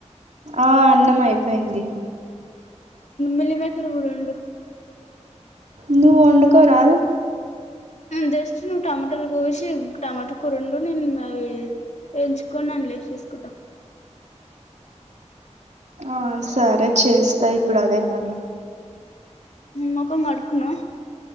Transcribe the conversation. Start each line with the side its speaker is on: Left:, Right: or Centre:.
Right: ఆ అన్నం అయిపోయింది
Left: మిల్లి మేకర్ కూడ ఒండు
Right: నువ్వు ఒండుకొరా
Left: జస్ట్ నువ్వు టమాటోలు కోసి టమాటో కురోండు నేను ఇంగ అవి ఎంచుకోని అందులో వేసేసుకుంట
Right: ఆ సరే చేస్తా ఇప్పుడు అదే పని
Left: మొకం కడుకున్నవ